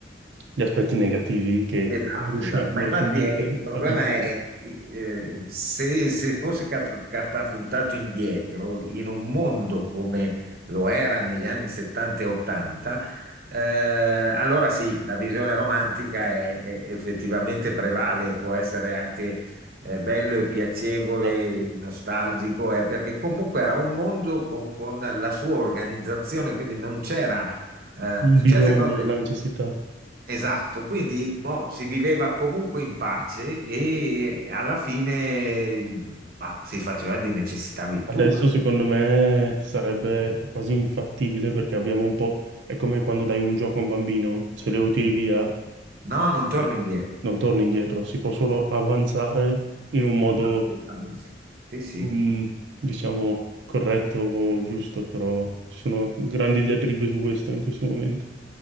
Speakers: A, on the right (about 75°); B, on the right (about 55°).
A: gli aspetti negativi che
B: Esatto,
A: non riesci,
B: esatto,
A: non
B: ma infatti
A: riesci neanche
B: è- il problema
A: a considerare.
B: è eh, se, se fossi cat- catapultato indietro in un mondo come lo era negli anni 70 e 80, eh, allora sì, la visione romantica è, è- effettivamente prevale, può essere anche eh, bello e piacevole,
A: Esatto.
B: nostalgico, eh, perché comunque era un mondo co- con la sua organizzazione, quindi non c'era eh,
A: Il bisogno,
B: certe cose.
A: la necessità.
B: Esatto, quindi boh, si viveva comunque in pace e alla fine ma, si faceva di necessità virtù.
A: Adesso secondo me sarebbe quasi infattibile perché abbiamo un po'... È come quando dai un gioco a un bambino, se lo tiri via
B: No, non torni
A: eh,
B: indietro.
A: non torni indietro, si può solo avanzare in un modo,
B: Assolutamente. Sì, sì.
A: mm, diciamo, corretto o giusto, però ci sono grandi diatribe su questo in questo momento.